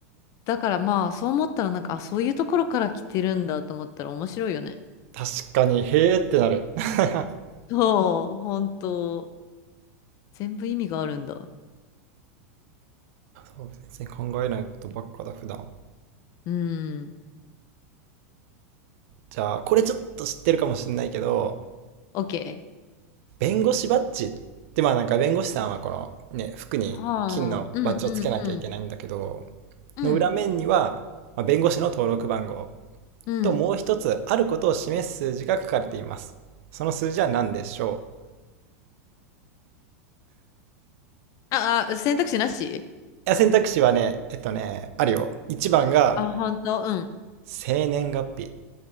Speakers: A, on the left; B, on the right.
A: だからまあ、そう思ったらなんか、あ、そういうところから来てるんだと思ったら面白いよね。
B: 確かに、へえってなる。<laughs>
A: そう、本当。全部意味があるんだ。
B: そうですね考えないことばっかだ普段
A: うん。
B: じゃあこれちょっと知ってるかもしれないけど
A: OK。
B: 弁護士バッジってまあなんか弁護士さんはこのね服に金のバッジをつけなきゃいけないんだけど
A: はあ。うんうんうん。
B: の裏面には、
A: うん。
B: まあ、弁護士の登録番号
A: うん。
B: ともう一つあることを示す数字が書かれていますその数字は何でしょう
A: あ、あ、選択肢なし
B: いや選択肢はねえっとねあるよ1番が
A: あ、本当うん。
B: 生年月日